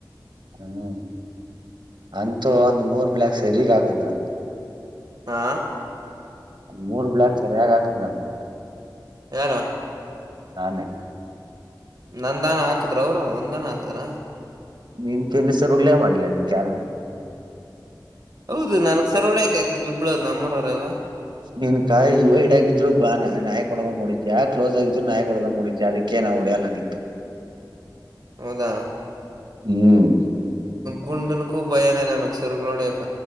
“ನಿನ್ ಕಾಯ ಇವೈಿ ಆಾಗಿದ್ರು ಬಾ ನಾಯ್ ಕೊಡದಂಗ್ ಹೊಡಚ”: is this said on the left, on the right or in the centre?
Right